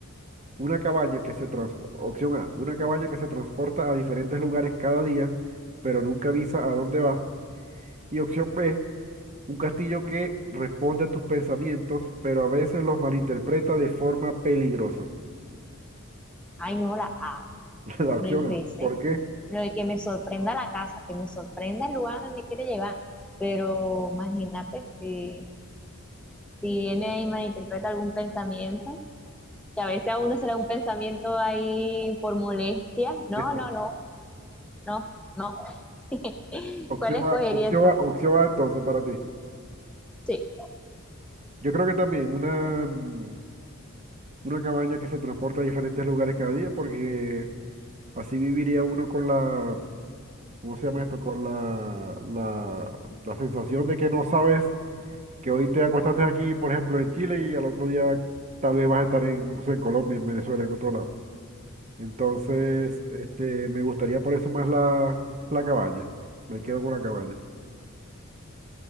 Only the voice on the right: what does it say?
Una cabaña que se transporta, opción A, una cabaña que se transporta a diferentes lugares cada día, pero nunca avisa a dónde va. Y opción B, un castillo que responde a tus pensamientos, pero a veces los malinterpreta de forma peligrosa.
<laughs> La opción
A. ¿Por qué?
<laughs>
Opción
A, opción
A, opción A entonces para ti.
Yo creo que también una, mm, una cabaña que se transporta a diferentes lugares cada día, porque así viviría uno con la, ¿cómo se llama esto? Con la, la, la sensación de que no sabes que hoy te acostaste aquí, por ejemplo, en Chile y al otro día tal vez vas a estar en, no sé, en Colombia, en Venezuela, en otro lado. Entonces, este, me gustaría por eso más la, la cabaña. Me quedo con la cabaña.